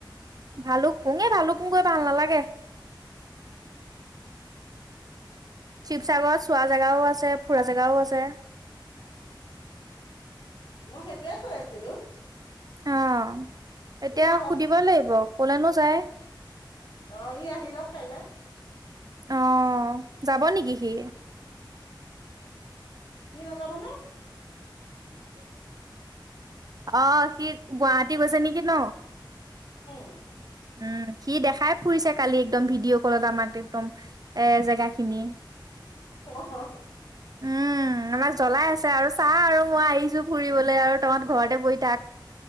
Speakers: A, on the right (about 50°); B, on the left (about 70°).
A: ভালুকপুং ভালুপুং গৈ ভাল নালাগে। শিৱসাগৰত চোৱা জেগাও আছে, ফুৰা জেগাও আছে।
B: মই সেইটোৱে কৈ আছিলো।
A: অ' এতিয়া
B: ই আহকচোন
A: সুধিব লাগিব কলেনো যায়।
B: অ' ই আহিলক কাইলৈ।
A: আহ যাব নেকি সি?
B: সি নাযাব নে।
A: আহ সি গুৱাহাটী গৈছে নেকি ন?
B: উম
A: উম', সি দেখাই ফুৰিছে কালি একদম ভিডিঅ' কলত আমাক একদম এ জেগা খিনি <inaudible>
B: অ হ-হ <unintelligible>
A: উম। উম, আমাক জ্বলাই আছে আৰু, চা আৰু মই আহিছো ফুৰিবলৈ আৰু তোহত ঘৰতে বহি থাক।